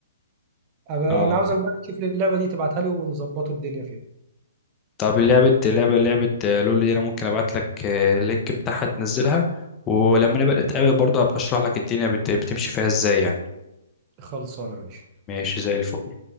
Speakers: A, on the right; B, on the left.
A: أبقى
B: اه
A: انا عاوزك بقى تشوف لي اللعبه دي تبعتها لي ونظبطوا الدنيا فيها
B: طب لعبة لعبة لعبة لول دي انا ممكن ابعت لك آه، اللينك بتاعها تنزلها ولما نبقى نتقابل برضه هبقى اشرح لك الدنيا بت- بتمشي فيها ازاي يعني
A: خلصانه ماشي
B: ماشي زي الفل